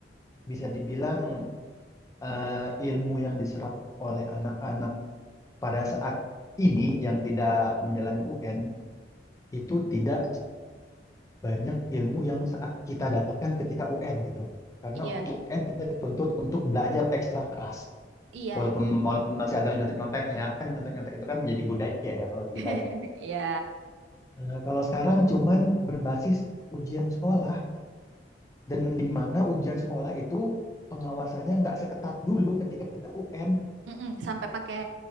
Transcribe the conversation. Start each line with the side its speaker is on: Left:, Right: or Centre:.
Left: bisa dibilang eh, ilmu yang diserap oleh anak-anak pada saat ini yang tidak menjalani UN itu tidak sebanyak ilmu yang saat kita dapatkan ketika UN gitu. Karena
Right: iya
Left: UN kita dituntut untuk belajar ekstra keras.
Right: iya
Left: Walaupun walaupun masih ada nyontek-nyonteknya ya, kan nyontek-nyontek itu kan menjadi budaya ya kalau di
Right: <laughs>
Left: kita ya.
Right: iya
Left: Eh, kalau sekarang cuman berbasis ujian sekolah Dan di mana ujian sekolah itu pengawasannya nggak seketat dulu ketika kita UN,
Right: Mm-mm. sampai pakai